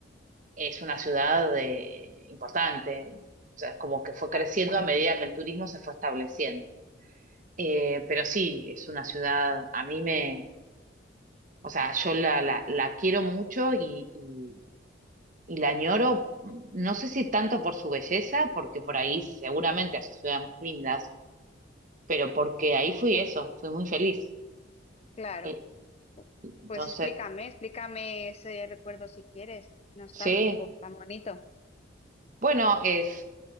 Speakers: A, on the right (about 45°); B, on the left (about 35°).
A: es una ciudad de- importante. O sea, es como que fue
B: Claro,
A: creciendo a medida que el turismo se fue estableciendo. Eh, pero sí, es una ciudad, a mí me, O sea, yo la, la, la quiero mucho y, y, y la añoro, mm, no sé si tanto por su belleza, porque por ahí seguramente haya ciudades más lindas, pero porque ahí fui eso, fui muy feliz.
B: claro.
A: Eh, Entonces,
B: Pues explícame, explícame ese recuerdo si quieres, nostálgico,
A: sí,
B: tan bonito.
A: bueno, es,